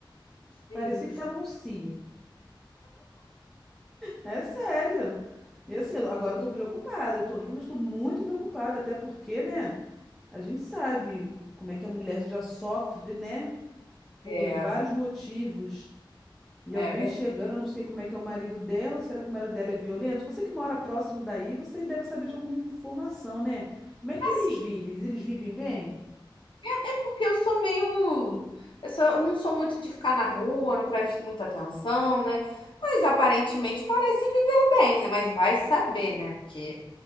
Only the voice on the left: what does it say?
Sim.
É,
é
verdade.
Assim,
é, é porque eu sou meio. Eu sou- não sou muito de ficar na rua, não presto muita atenção, né? Mas aparentemente parecem viver bem, né? Mas vai saber, né? Porque